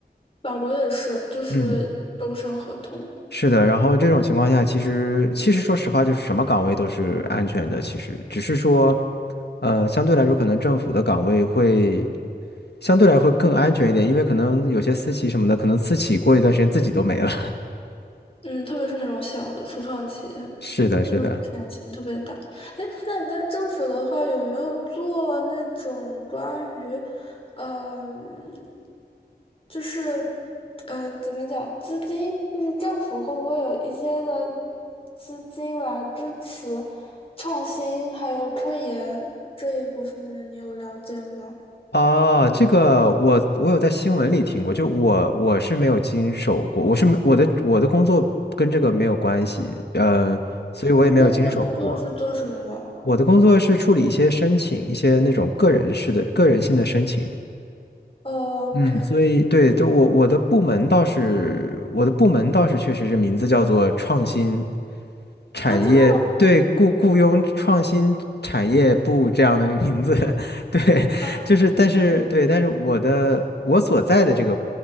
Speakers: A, on the left; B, on the left.
A: 法国也是，就是终身合同。
B: 嗯。是的，然后这种情况下，其实其实说实话，就是什么岗位都是安全的，其实只是说，呃，相对来说，可能政府的岗位会相对来说会更安全一点，因为可能有些私企什么的，可能私企过一段时间自己都没了。
A: 嗯，特别是那种小的初创企业。
B: <laughs> 是的，是的。
A: 那个风险性特别大。哎，那你在政府的话，有没有做那种关于，嗯、就是，嗯、怎么讲，资金，就是政府会不会有一些的资金来支持创新还有科研这一部分呢？你有了解吗？
B: 哦，这个我我有在新闻里听过，就我我是没有经手过，我是没我的我的工作跟这个没有关系，呃，所以我也没有经手过。
A: 那你的工作是做什么
B: 我的工作是处理一些申请，一些那种个人式的、个人性的申请，
A: 哦？OK，
B: 嗯所以对，就我我的部门倒是，我的部门倒是确实是名字叫做创新。产业对雇雇佣创新产业部这样的名字，
A: 啊，真的
B: <laughs> 对，
A: 吗？啊，
B: 就是但是对，但是我的我所在的这个